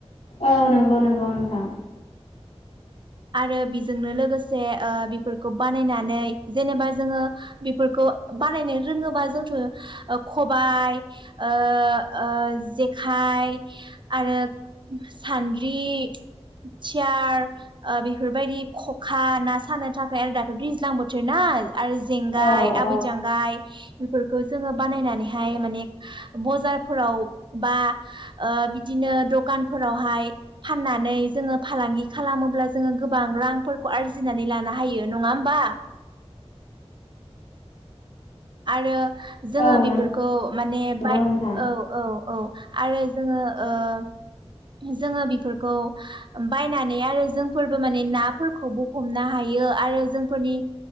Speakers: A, on the left; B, on the right.
A: औ नंगौ नंगौ नोंथां।
B: आरो बिजोंनो लोगोसे ओ बेफोरखौ बानायनानै जेनेबा जोङो बेफोरखौ बानायनो रोङोबा जोंथ' खबाय ओ ओ जेखाइ आरो सान्द्रि सियार ओ बेफोरबायदि खखा ना सानो थाखाय आरो दाथ' दैज्लां बोथोर ना आरो जेंगाय
A: औ औ
B: आबै जांगाय बेफोरखौ जोङो बानायनानैहाय माने बजारफोराव बा बिदिनो दखानफोरावहाय फाननानै जोङो फालांगि खालामोब्ला जोङो गोबां रांफोरखौ आरजिनानै लानो हायो नङा होमबा आरो जोङो
A: औ
B: बेफोरखौ माने
A: नंगौ
B: बाय
A: नोंथां
B: औ औ औ आरो जोङो ओ जोङो बेफोरखौ बायनानै आरो जोंफोरबो माने नाफोरखौबो हमनो हायो आरो जोंफोरनि